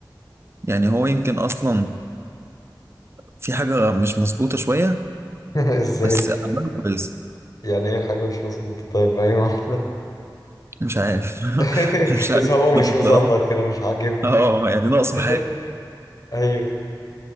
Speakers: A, on the right; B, on the left.
A: يعني هو يمكن أصلا في حاجة مش مظبوطة شوية
B: <laughs> ازاي
A: بس أعماله كويسة
B: يعني ايه حاجة مش مظبوطة طيب ايوه <laughs>
A: مش عارف
B: <laughs>
A: <laughs> مش عارف
B: بس هو مش مظبط
A: بصراحة
B: كده مش عاجبني
A: اه يعني ناقصه
B: <laughs>
A: حاجة
B: ايوه